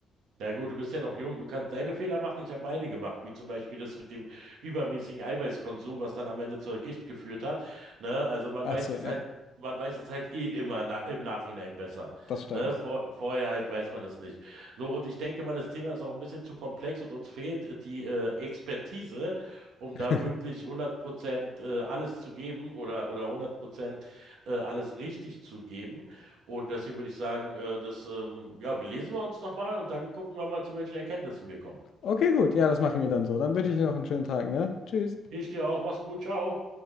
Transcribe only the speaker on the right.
Na gut, du bist ja noch jung. Du kannst deine Fehler machen. Ich habe meine gemacht, wie zum Beispiel das mit dem übermäßigen Eiweißkonsum, was dann am Ende zur Gicht geführt hat. Ne? Also man
weiß es
halt, man weiß es halt eh immer na im Nachhinein besser.
Ne? Vor vorher halt weiß man es nicht. So, und ich denke mal, das Thema ist auch ein bisschen zu komplex und uns fehlt die äh, Expertise, um
da wirklich 100% äh, alles zu geben oder, oder 100% äh, alles richtig zu geben. Und deswegen würde ich sagen, äh, das, ähm, ja, belesen wir uns doch mal und dann gucken wir mal, zu welchen Erkenntnissen wir kommen.
Ich dir auch, mach's gut, ciao.